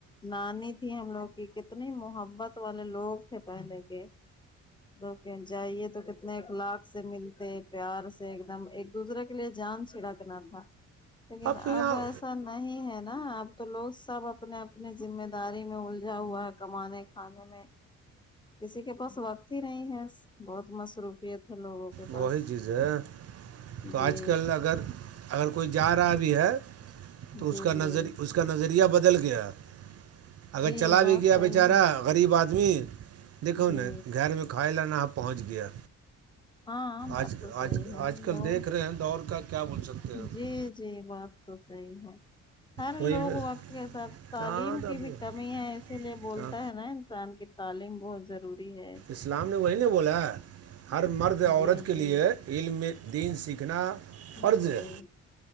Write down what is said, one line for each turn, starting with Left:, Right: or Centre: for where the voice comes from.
Left: نانی تھی ہم لوگ کی کتنی محبت والے لوگ تھے پہلے کے دوک جائیے تو کتنے اخلاق سے ملتے پیار ایک دم ایک دوسرے کے لیے جان چھڑکنا تھا لیکن
Right: تو یہاں
Left: اب ایسا نہیں ہے نا اب تو لوگ سب اپنے اپنے ذمہ داری میں اللجھا ہوا ہے کمانے کا آ میں کسی کے پاس وقت ہی نہیں ہے بہت مصروفیت ہے لوگوں کے پاس
Right: وہی چیز ہے تو
Left: جی
Right: آج کل اگر اگر کوئی جا رہا بھی ہے تو اس
Left: جی
Right: کا
Left: جی
Right: نظری اس کا نظریہ بدل گیا ہے اگر
Left: جی
Right: چلا
Left: بات
Right: بھی گیا
Left: صحیح
Right: بیچارا
Left: ہے
Right: غریب آدمی دیکھو
Left: جی
Right: نا گھر میں کھائے لانا ہ پہنچ گیا
Left: ہاں بات
Right: آج
Left: تو صحی
Right: آج
Left: ہے
Right: آج کل
Left: لوگ
Right: دیکھ رہے ہیں دور کا کیا بول سکتے ہیں
Left: جی جی بات تو صحی ہے ہر
Right: وہی
Left: لوگ
Right: میں
Left: وقت کے حساتھ تعلیم
Right: ہاں تو
Left: کی
Right: اب-
Left: بھی کمی ہے اسی لیے بولتا
Right: ہاں
Left: ہے نا انسان کی تعلیم بہت ضروری ہے
Right: اسلام نے وہی نے بولا ہر مرد عورت
Left: جی
Right: کے
Left: جی
Right: لیے علم دین سیکھنا فرض
Left: جی
Right: ہے